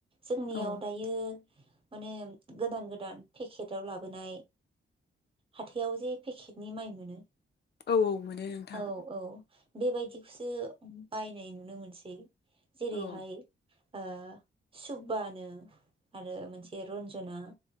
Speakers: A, on the right; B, on the left.
A: जोंनियाव
B: औ
A: दायो माने गोदान गोदान पेकेटाव लाबोनाय हाथायाव जे पेकेटनि माइ मोनो।
B: औ औ मोनो नोंथां।
A: औ औ बेबायदिखौसो बायनाय नुनो मोनसै। जेरैहाय
B: औ
A: ओ सुबबानो आरो मोनसे रन्जना।